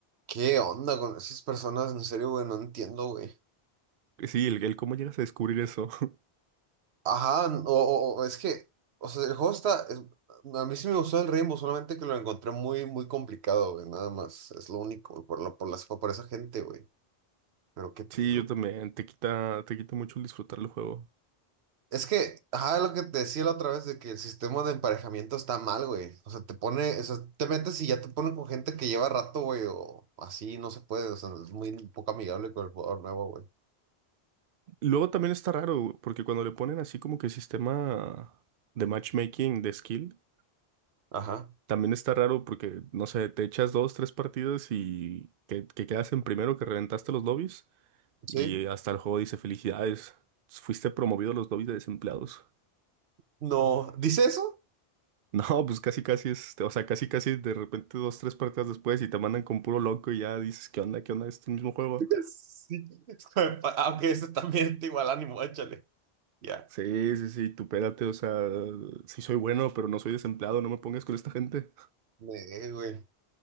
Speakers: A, on the right; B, on the right.
A: ¿qué onda con esas personas? En serio, güey, no entiendo, güey.
B: Sí, el, el cómo llegas a descubrir eso. <laughs>
A: Ajá, o, o- o es que, o sea, el juego está. es- a mí sí me gustó el Rainbow, solamente que lo encontré muy, muy complicado, güey, nada más. Es lo único, güey, por la, por las, por esa gente, güey. Pero qué pedo.
B: Sí, yo también. Te quita, te quita mucho el disfrutar el juego.
A: Es que, ajá, lo que te decía la otra vez de que el sistema de emparejamiento está mal, güey. O sea, te pone, o sea, te metes y ya te ponen con gente que lleva rato, güey, o así, no se puede, o sea, es muy poco amigable con el jugador nuevo, güey.
B: Luego también está raro, porque cuando le ponen así como que sistema de matchmaking de skill.
A: Ajá.
B: También está raro porque, no sé, te echas dos, tres partidas y que, que quedas en primero, que reventaste los lobbies y
A: Sí.
B: hasta el juego dice felicidades, fuiste promovido a los lobbies de desempleados. <laughs>
A: No, ¿dice eso?
B: No, pues casi casi es, o sea, casi casi de repente dos, tres partidas después y te mandan con puro loco y ya dices, ¿qué onda? ¿Qué onda? Es el mismo juego.
A: <laughs> Sí. Aunque ese también está igual ánimo, échale. Ya.
B: Sí, sí, sí, tú pégate, o sea, sí soy bueno, pero no soy desempleado, no me pongas con esta gente.
A: Eh, güey.